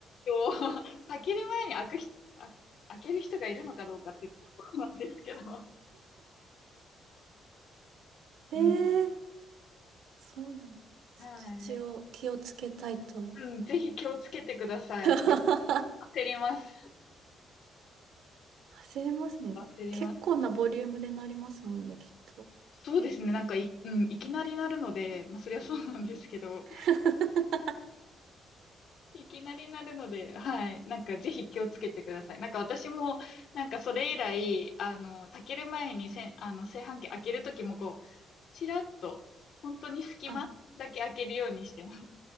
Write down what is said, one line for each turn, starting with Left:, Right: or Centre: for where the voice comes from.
Left: を <laughs> 炊ける前に開くひ、あ、開ける人がいるのかどうかっていうところなんですけど。<laughs> うん。
Right: へえ、そうなんだ。
Left: はい。
Right: 一応気をつけたいと。
Left: うん、ぜひ気をつけてください。
Right: <laughs>
Left: 焦ります。
Right: 焦りますね。
Left: 焦ります。
Right: 結構なボリュームでなりますもんね、きっと。
Left: そうですね。なんかい、うん、いきなりなるので、まあ、そりゃそうなんですけど、<laughs>
Right: <laughs>
Left: いきなりなるので、はい。なんか、ぜひ気をつけてください。なんか、私も、なんか、それ以来、あの、炊ける前にせん、あの、炊飯器開けるときも、こう、ちらっと、本当に隙間だけ開けるようにしてます
Right: あ